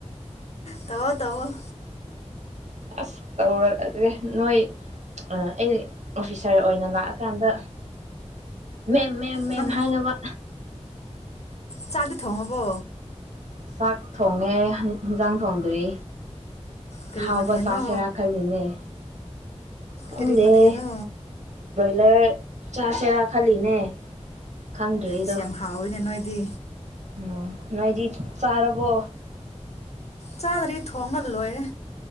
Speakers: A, on the left; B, on the right.
A: ꯇꯧꯑꯣ ꯇꯧꯑꯣ
B: ꯑꯁ ꯇꯧꯔꯛꯑꯒꯦ ꯅꯣꯏ ꯑꯩ ꯑꯣꯐꯤꯁꯥꯔ ꯑꯣꯏꯅ ꯂꯥꯛꯑꯀꯥꯟꯗ ꯃꯦꯝ ꯃꯦꯝ ꯃꯦꯝ
A: ꯅꯪ
B: ꯍꯥꯏꯅꯕ
A: ꯆꯥꯛꯗꯤ ꯊꯣꯡ ꯑꯕꯣ
B: ꯆꯥꯛ ꯊꯣꯡꯉꯦ ꯏꯟꯁꯥꯡ ꯊꯣꯡꯗ꯭ꯔꯤ
A: ꯀꯔꯤ
B: ꯍꯥꯎꯕ
A: ꯃꯊꯦꯜꯅꯣ
B: ꯆꯥꯁꯦꯔꯥ ꯈꯜꯂꯤꯅꯦ ꯈꯪꯗꯦꯍꯦ
A: ꯀꯔꯤ ꯃꯊꯦꯜꯅꯣ
B: ꯂꯔ ꯆꯥꯁꯦꯔꯥ ꯈꯜꯂꯤꯅꯦ ꯈꯪꯗ꯭ꯔꯤꯗꯣ
A: ꯁꯤ ꯌꯥꯝ ꯍꯥꯎꯢꯅ ꯅꯣꯢ ꯗꯤ
B: ꯎꯝ ꯅꯣꯏꯗꯤ ꯆꯥꯔꯕꯣ
A: ꯆꯥꯗ꯭ꯔꯤ ꯊꯣꯡꯉꯂꯣꯏꯔꯦ